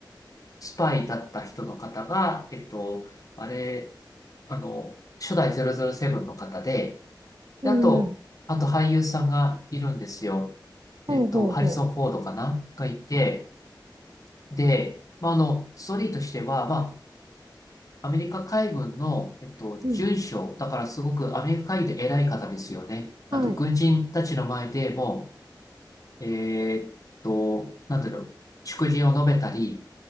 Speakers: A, on the left; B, on the right.
A: スパイだった人の方が、えっと、あれ、あの、初代007の方で、
B: うん。
A: で、あと、あと俳優さんがいるんですよ。
B: ほうほうほ
A: えっと、ハリソン・フォードかながいて、で、まあ、あの、ストーリーとしては、まあ、アメリカ海軍の、えっと、准将、
B: う。うん。
A: だからすごくアメリカ海軍で偉い方ですよね。あと、
B: はい。
A: 軍人たちの前でもう、えーっと、なんだろう、祝辞を述べたり、